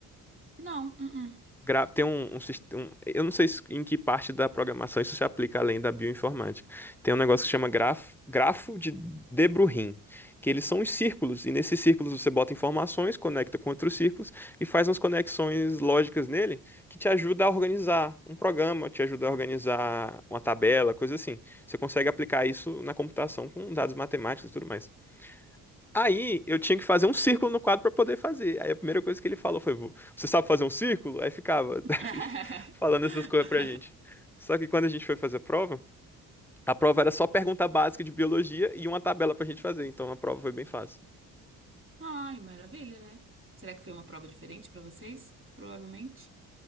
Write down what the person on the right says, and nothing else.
Não, uh-uh.
<laughs>
Ai, maravilha, né? Será que foi uma prova diferente pra vocês? Provavelmente.